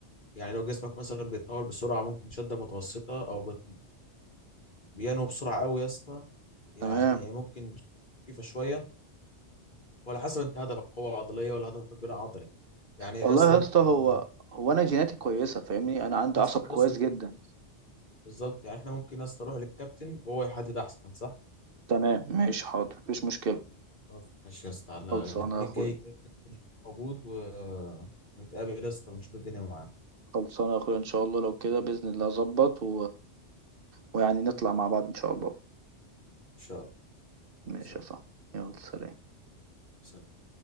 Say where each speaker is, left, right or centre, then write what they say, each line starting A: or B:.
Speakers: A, on the left (about 45°); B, on the right (about 55°).
A: يعني لو جسمك مثلا بيتطور بسرعة ممكن شدة متوسطة أو بت... بيانو بسرعة قوي يا اسطى يعني
B: تمام
A: ممكن فيفا شوية وعلى حسب انت هدفك قوة عضلية ولا هدفك بناء عضلي يعني يا
B: والله
A: اسطى ممكن
B: يا اسطى هو هو انا جيناتي كويسة فاهمني انا عندي
A: يا
B: عصب
A: اسطى
B: كويس
A: بص بص
B: جدا
A: بص. بالظبط يعني احنا ممكن يا اسطى نروح للكابتن وهو يحدد احسن صح؟
B: تمام ماشي حاضر مفيش مشكلة
A: خلاص ماشي يا اسطى على
B: خلصانة
A: الاثنين
B: يا اخويا
A: الجاي كده الكابتن يكون موجود و... ونتقابل يا اسطى ونشوف الدنيا معاك
B: خلصانة يا اخويا ان شاء الله لو كده بإذن الله اظبط و... ويعني نطلع مع بعض ان شاء الله
A: ان شاء الله
B: ماشي
A: سلام
B: يا صاحبي يلا سلام
A: سلام.